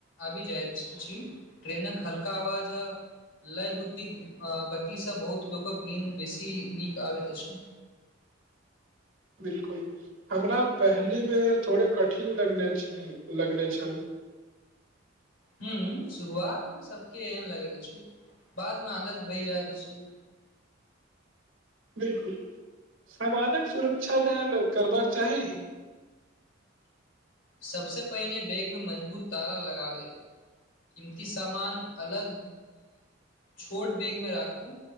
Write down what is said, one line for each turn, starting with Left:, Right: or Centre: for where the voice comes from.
Left: आबि जाइत अछि ट्रेनक हल्का आबाजऽ लय बुद्धिक गतिसँ बहुत लोकक नीन्द बेसी नीक आबैत अछि।
Right: बिलकुल हमरा पहिलि बेर थोड़े कठिन लगने छल लगने छल
Left: हम्म शुरुआत मे सबके एहन लगैत अछि बाद मे आदत भऽइ जाइत अछि।
Right: बिलकुल सामानक सुरक्षा लेल करबाक चाही।
Left: सबसे पहिने बैग मे मजबूत ताला लगा लेब कीमती सामान अलग छोट बेैगमे राखू